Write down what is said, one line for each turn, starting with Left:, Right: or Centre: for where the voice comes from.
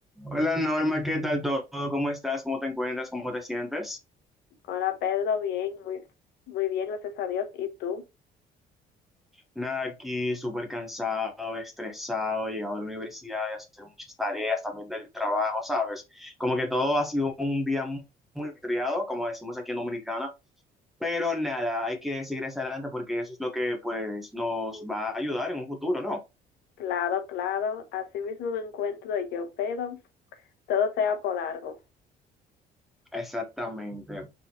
Centre: Hola Norma, ¿qué tal todo? ¿Cómo estás? ¿Cómo te encuentras? ¿Cómo te sientes?
Left: Hola Pedro, bien, muy, muy bien, gracias a Dios. ¿Y tú?
Centre: Nada, aquí súper cansado, estresado, llegado de la universidad, de hacer muchas tareas, también del trabajo, ¿sabes? Como que todo ha sido un día muy triado, como decimos aquí en Dominicana, pero nada, hay que seguir hacia adelante porque eso es lo que pues nos va a ayudar en un futuro, ¿no?
Left: Claro, claro, así mismo me encuentro yo, pero todo sea por algo.
Centre: Exactamente.